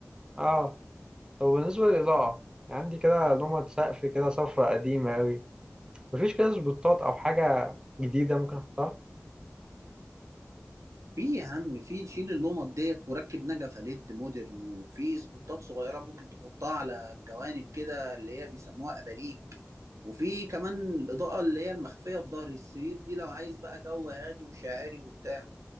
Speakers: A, on the right; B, on the right.
A: آه طب بالنسبة للإضاءة عندي كده لومة سقف كده صفرة قديمة أوي مفيش كده سبوتات أو حاجة جديدة ممكن أحطها
B: في يا عم في شيل اللومات ديت وركب نجفة ليد مودرن وفي سبوتات صغيرة ممكن تحطها على الجوانب كده اللي هي بيسموها أباليك وفي كمان الإضاءة اللي هي المخفية في ظهر السرير دي لو عايز بقى جو هادي وشاعري وبتاع